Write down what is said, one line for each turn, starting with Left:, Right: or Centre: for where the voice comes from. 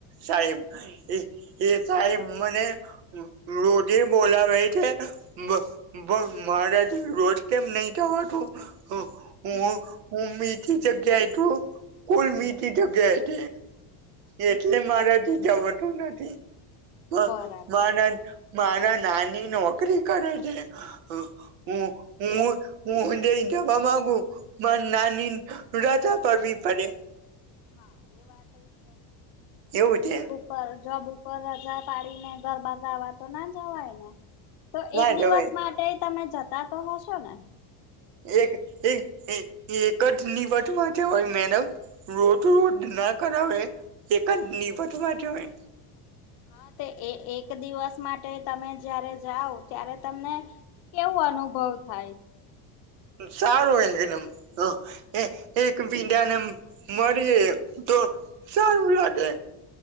Right: સાહેબ એ એ સાહેબ મને રોજે બોલાવે છે, બ બ મારે તો રોજ કેમ નહી જવા તું હ હુ હુ મીથી જગ્યાએ તુ કુલ મીઠી જગ્યા છે, એટલે મારાથી જવાતું નથી મ
Left: બરાબર
Right: માના માના નાની નોકરી કરે છે. હ હું હું હું તેય કેવા માંગુ પણ નાની રજા પરવી પડે
Left: હા એ વાતય છે,
Right: એવું છે
Left: જોબ ઉપર જોબ પર રજા પાડીને ગરબા ગાવા તો ના જવાય ને તો
Right: ના
Left: એક દિવસમાં
Right: જવાય
Left: તે તમે જતા તો હશો ને?
Right: એક એક એક જ <unintelligible> રોદ રોદ ના કરાવે એક નિપધ <unintelligible>
Left: હા તે એ એક દિવસ માટે તમે જ્યારે જાઓ ત્યારે તમને કેવું અનુભવ થાય
Right: સારું હોય એકદમ હ એ એક બીજાને મળીએ તો સારું લાગે